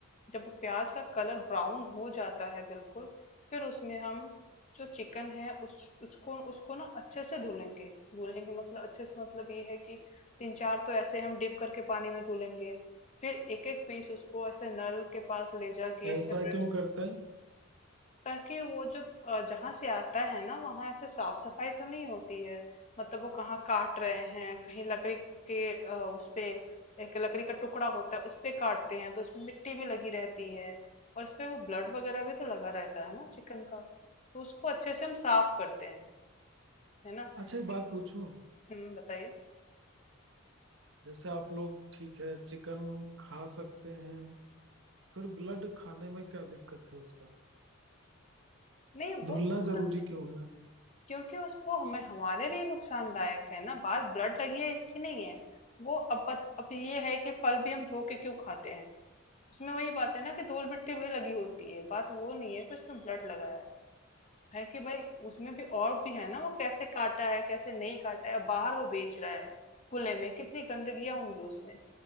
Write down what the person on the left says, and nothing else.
जब वो प्याज का कलर ब्राउन हो जाता है बिल्कुल फिर उसमें हम जो चिकन है उस उसको उसको ना अच्छे से धुलेंगे धुलेंगे मतलब अच्छे से मतलब ये है कि तीन चार तो ऐसे हम डिप करके पानी में धुलेंगे फिर एक एक पीस उसको ऐसे नल के पास ले जाके
सेपरेट
ताकि वो जब अ, जहाँ से आता है ना वहां ऐसे साफ सफाई तो नहीं होती है मतलब वो कहाँ काट रहे हैं कहीं लकड़ी के अ, उस पे एक लकड़ी का टुकड़ा होता है उस पे काटते हैं तो उसमें मिट्टी भी लगी रहती है और उसपे वो ब्लड वगैरह भी तो लगा रहता है ना चिकन का तो उसको अच्छे से हम साफ करते हैं है ना
एक तो
हम्म बताइए
नहीं
वो खा-
क्योंकि उसको हमें हमारे लिए नुकसानदायक है ना बात ब्लड लगी है इसकी नहीं है वो अब बत- अब ये है कि फल भी हम धो के क्यों खाते हैं उसमें वही बात है ना कि धूल मिट्टी भी लगी होती है बात वो नहीं है कि उसमें ब्लड लगा है है कि भाई उसमें भी और भी है ना वो कैसे काटा है कैसे नहीं काटा है बाहर वो बेच रहा है खुले में कितनी गंदगियां होंगी उसमें